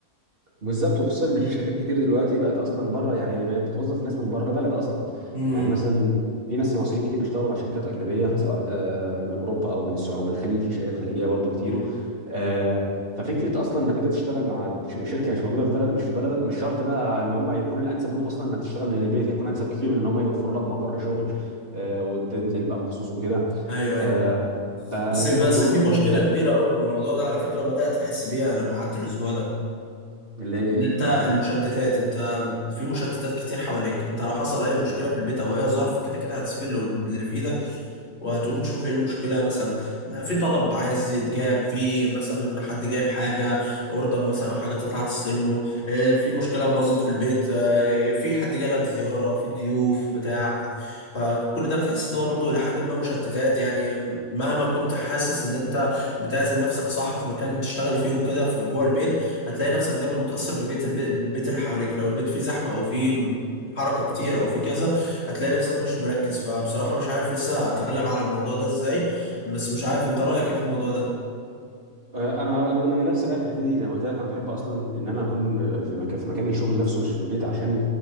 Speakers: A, on the right; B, on the left.
A: بالظبط وخصوصا ان
B: مم.
A: في شركات كتير دلوقتي بقت اصلا بره يعني بقت بتوظف ناس من بره البلد اصلا
B: مم.
A: يعني مثلا في ناس مصريين كتير بيشتغلوا مع شركات اجنبيه سواء آه، من اوروبا او من السعوديه او من الخليج في شركات خليجيه برضو كتير
B: مم.
A: آه، ففكره اصلا انك انت تشتغل مع ش- شركه مش موجوده في بلد مش في بلدك مش شرط بقى ان هم يكون الانسب لهم اصلا انك تشتغل من البيت هيكون انسب كتير
B: مم.
A: من ان هم يوفروا لك مقر شغل آه، وتنزل بقى مخصوص وكده
B: ايوه
A: آه،
B: ايوه
A: فدي
B: بس بس
A: برضو نقطه
B: في مشكله
A: مهمه
B: كبيره قوي في الموضوع ده على فكره بدات احس بيها لما قعدت الاسبوع ده
A: اللي هي
B: ان
A: ايه
B: انت المشتتات انت في مشتتات كتير حواليك انت لو حصل اي
A: بالظبط
B: مشكله في البيت
A: آه.
B: او اي ظرف كده كده هتسيب اللي قد- اللي في ايدك وهتقوم تشوف ايه المشكله مثلا في طلب عايز يتجاب في مثلا حد جايب حاجه اوردر مثلا او حاجه تطلع تستلمه اه، في مشكله باظت في البيت اه، في حد جالك زياره في ضيوف بتاع فكل ده بتحس ان هو برضو الى حد ما مشتتات يعني مهما كنت حاسس ان انت بتعزل نفسك صح في مكان تشتغل فيه وكده في جوه البيت هتلاقي نفسك دايما متأثر ببيت البيت, البيت اللي حواليك لو البيت فيه زحمة او فيه حركة كتير او فيه كذا هتلاقي نفسك مش مركز فبصراحة مش عارف لسه اتغلب على الموضوع ده ازاي بس مش عارف انت رأيك ايه في الموضوع ده
A: آه، انا غالبا انا من نفس رايك في الحته دي زي ما قلت لك انا بحب اصلا ان انا اكون في مكان في مكان الشغل نفسه مش في البيت عشان